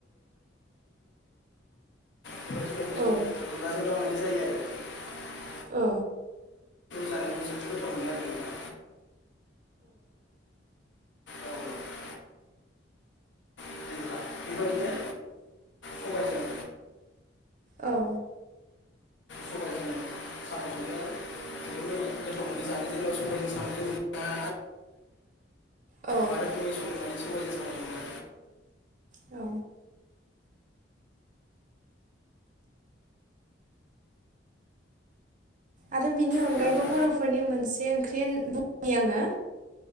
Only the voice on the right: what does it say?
औ
औ
औ
औ
औ आरो बिनि अनगायैबो
बर'फोरनि मोनसे ओंख्रि बुंनि आंङो